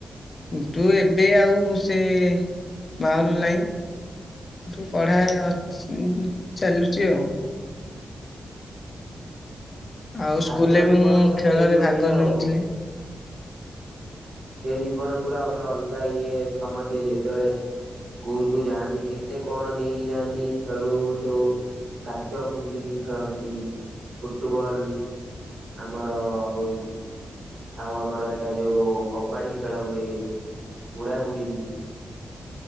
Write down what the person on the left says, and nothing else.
କିନ୍ତୁ ଏବେ ଆଉ ସେ ମାହଲ ନାହିଁ। ଏଠୁ ପଢା ଅ ଛ ଚାଲୁଛି ଆଉ। ଆଉ
ସ୍କୁଲରେ ବି
ମୁଁ
ଖେଳରେ
ଭାଗ
ନେଉଥିଲି।